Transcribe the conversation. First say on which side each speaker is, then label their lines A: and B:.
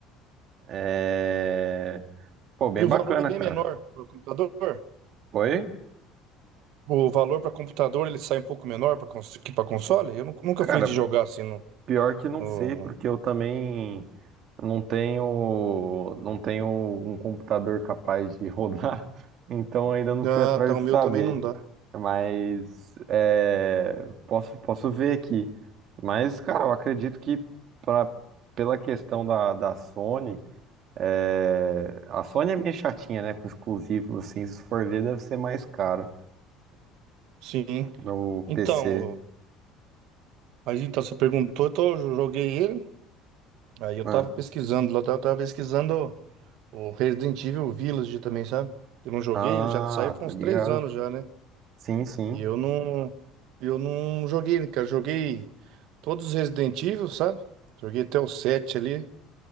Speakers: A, on the right; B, on the right.
A: É... Pô, bem
B: E o
A: bacana,
B: valor é bem
A: cara.
B: menor para computador.
A: Oi?
B: O valor para computador ele sai um pouco menor pra cons- que para console. Eu nu- nunca
A: Cara,
B: fui de jogar assim no,
A: Pior que não
B: no-
A: sei, porque eu também não tenho, não tenho um computador capaz de rodar, <laughs> então ainda não
B: Ah,
A: fui atrás
B: tá. O
A: de
B: meu
A: saber.
B: também não dá.
A: Mas é, posso, posso ver aqui. Mas, cara, eu acredito que pra, pela questão da, da Sony, é, a Sony é meio chatinha, né? Com exclusivos, assim, se for ver, deve ser mais caro
B: Sim.
A: no
B: Então,
A: PC.
B: o- mas então você perguntou, então eu joguei ele. Aí eu
A: Ah,
B: tava pesquisando, lá eu tava pesquisando o o Resident Evil Village também, sabe? Eu não joguei,
A: ah,
B: ele já saiu faz
A: tá ligado?
B: uns três anos já, né?
A: Sim, sim.
B: E eu não, eu não joguei, né, cara. Joguei todos os Resident Evil, sabe? Joguei até o 7 ali,